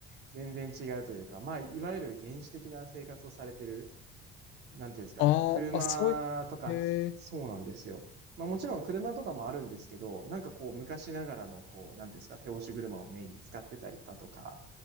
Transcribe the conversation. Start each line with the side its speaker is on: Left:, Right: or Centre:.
Right: 全然違うというか、まあ、いわゆる原始的な生活をされてるなんていうんですかね、
Left: ああ、
Right: 車とか、
Left: あ、そういう、へえ、
Right: そうなんですよ。まあもちろん車とかもあるんですけど、なんかこう昔ながらのこう、なんていうんですか、手押し車をメインに使ってたりだとか、